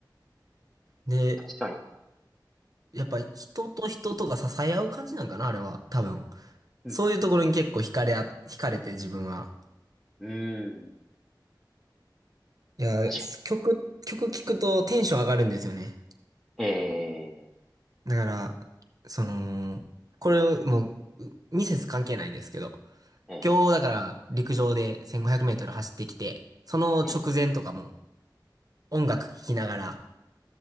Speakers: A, on the right; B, in the centre.
A: で、
B: 確かに。
A: やっぱ人と人とが支え合う感じなんかな、あれは、多分。
B: うん
A: そういうところに結構惹かれあ、惹かれて自分は。
B: うん。うん。
A: いや、
B: 確か
A: 曲、曲聴くとテンション上がるんですよね。
B: に。え
A: だから、その、これをもう、ミセス関係ないんですけど、
B: ー、え
A: 今日だから陸上で1500メートル走ってきて、その直前とかも
B: ー、え
A: 音楽聴きながら